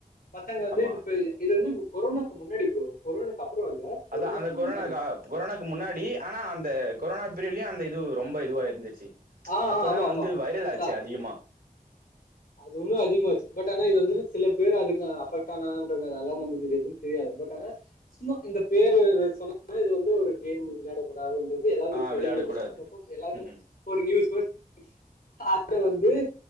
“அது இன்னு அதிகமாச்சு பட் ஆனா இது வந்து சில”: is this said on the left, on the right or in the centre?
Left